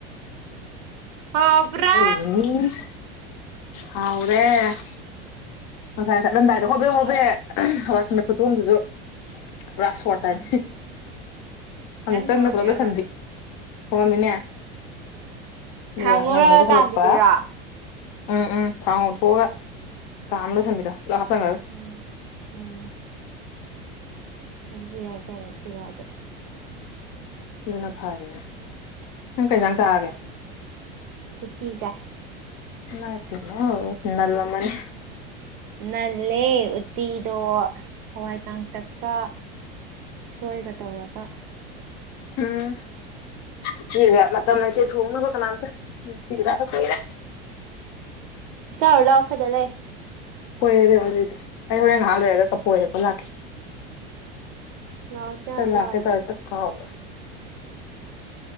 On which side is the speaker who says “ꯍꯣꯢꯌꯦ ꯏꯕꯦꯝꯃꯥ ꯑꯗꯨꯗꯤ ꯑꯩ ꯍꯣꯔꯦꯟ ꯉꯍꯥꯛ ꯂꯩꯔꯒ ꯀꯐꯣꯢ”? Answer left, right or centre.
Left